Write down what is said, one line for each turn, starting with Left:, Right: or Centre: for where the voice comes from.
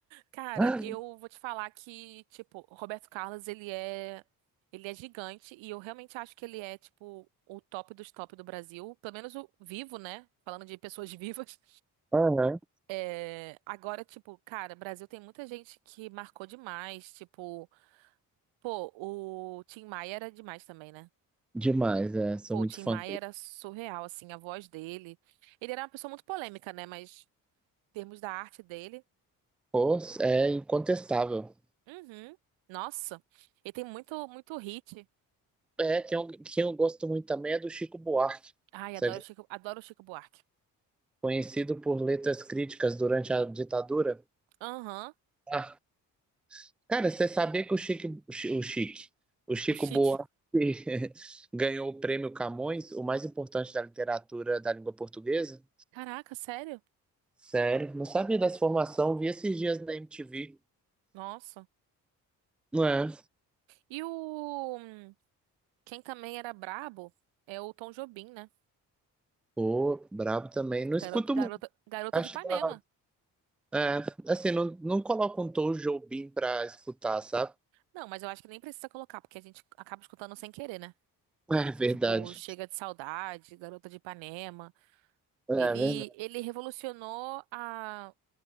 Right: Cara,
Centre: <gasps>
Right: eu vou te falar que, tipo, o Roberto Carlos, ele é, ele é gigante e eu realmente acho que ele é, tipo, o top dos top do Brasil, pelo menos o vivo, né? Falando de pessoas <laughs> vivas.
Centre: Aham.
Right: É, agora, tipo, cara, Brasil tem muita gente que marcou demais, tipo, Pô, o Tim Maia era demais também, né?
Centre: Demais, é. Sou
Right: Pô,
Centre: muito
Right: o Tim
Centre: fã
Right: Maia
Centre: dele.
Right: era surreal, assim, a voz dele. Ele era uma pessoa muito polêmica, né? Mas em termos da arte dele,
Centre: Pô, é incontestável.
Right: uhum. Nossa, ele tem muito, muito hit.
Centre: É, quem eu, quem eu gosto muito também é do Chico Buarque.
Right: Ai,
Centre: Você
Right: adoro o Chico, adoro o Chico Buarque.
Centre: conhecido por letras críticas durante a ditadura.
Right: Aham,
Centre: Ah, cara, você sabia que o Chique, o Chi- o Chique, o Chico
Right: o Chique.
Centre: Buarque <laughs> ganhou o prêmio Camões, o mais importante da literatura da língua portuguesa?
Right: Caraca, sério?
Centre: Sério, não sabia dessa formação, vi esses dias na MTV.
Right: Nossa.
Centre: Não é?
Right: E o... hum, Quem também era brabo é o Tom Jobim, né?
Centre: Pô, brabo também. Não escuto
Right: Garota,
Centre: muito,
Right: garota, garota
Centre: acho
Right: de Ipanema.
Centre: da hora. É, assim, não, não coloco um Tom Jobim pra escutar, sabe?
Right: Não, mas eu acho que nem precisa colocar, porque a gente acaba escutando sem querer, né?
Centre: É verdade.
Right: Tipo, Chega de Saudade, Garota de Ipanema.
Centre: É
Right: Ele,
Centre: verdade.
Right: ele revolucionou a